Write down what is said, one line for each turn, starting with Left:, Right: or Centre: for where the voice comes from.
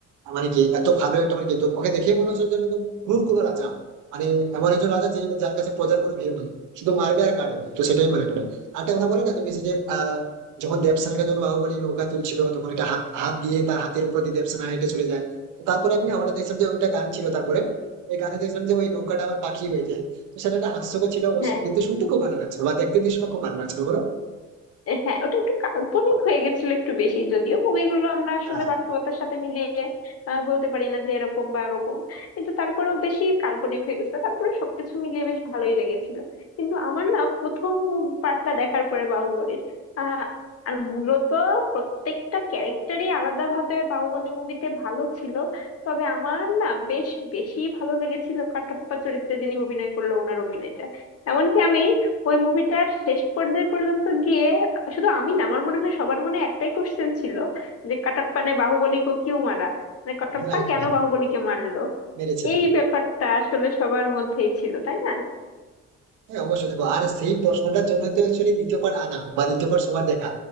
Right: আহ, মানে কি এত ভালো একটা মানে কি তো ওকে দেখেই মনে হচ্ছে যেন একদম ক্রুর কোনো রাজা মানে এমন একজন রাজা যে যার কাছে প্রজার কোনো ভিড় নেই শুধু মারবে আর কাটবে তো সেটাই মনে পড়ে আর একটা কথা বলে না তুমি সেই যে আহ যখন দেবসেনাটা যখন বাহুবলী নৌকা তুলছিল তখন একটা হাত হাত দিয়ে তার হাতের উপর দিয়ে দেবসেনা হেঁটে চলে যায় তো তারপরে আমি হঠাৎ দেখছিলাম যে ওইটা গান ছিল তারপরে এই গানে দেখলাম যে ওই নৌকাটা আবার পাখি হয়ে যায় তো সেটা একটা হাস্যকর ছিল অবশ্যই
Left: হ্যাঁ
Right: কিন্তু শুনতে খুব ভালো লাগছে বা দেখতে দৃশ্যটা খুব ভালো লাগছিল বলো
Left: হ্যাঁ ওটা একটু কাল্পনিক হয়ে গেছিল একটু বেশি যদিও মুভিগুলো আমরা আসলে
Right: হ্যাঁ
Left: বাস্তবতার সাথে মিলিয়ে আহ, বলতে পারি না যে এরকম বা এরকম কিন্তু তারপরেও বেশি কাল্পনিক হয়ে গেছিল তারপরে সবকিছু মিলিয়ে বেশ ভালোই লেগেছিল কিন্তু আমার না প্রথম পার্টটা দেখার পরে বাহুবলীর আহ আর মূলত প্রত্যেকটা ক্যারেক্টারই আলাদাভাবে বাহুবলী মুভিতে ভালো ছিল তবে আমার না বেশ বেশি ভালো লেগেছিল কাটাপ্পা চরিত্রে যিনি অভিনয় করলো ওনার অভিনয়টা এমনকি আমি ওই মুভিটার শেষ পর্যায়ে পর্যন্ত গিয়ে শুধু আমি না আমার মনে হয় সবার মনে একটাই কোশ্চেন ছিল যে কাটাপ্পা নে বাহুবলীকে কিউ মারা মানে কাটাপ্পা
Right: রাইট
Left: কেন
Right: রাইট
Left: বাহুবলীকে মারলো
Right: মেরেছিল
Left: এই ব্যাপারটা আসলে সবার মধ্যেই ছিল তাই না
Right: হ্যাঁ অবশ্যই দেখো আর সেই প্রশ্নটার জন্য তো অ্যাকচুয়ালি দ্বিতীয় part আনা বা দ্বিতীয় part সবার দেখা